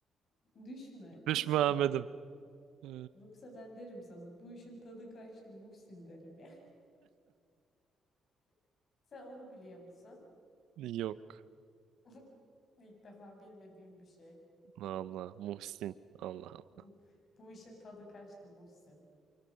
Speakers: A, on the left; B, on the right.
A: Düşme,
B: Düşme
A: düşme.
B: Ahmet'im. Ee,
A: Yoksa ben derim sana bu işin tadı kaçtı Muhsin derim ya. <laughs> Sen onu biliyor musun?
B: yok.
A: <laughs> İlk defa bilmediğim bir şey.
B: Allah, Muhsin. Allah Allah.
A: Bu, bu işin tadı kaçtı Muhsin.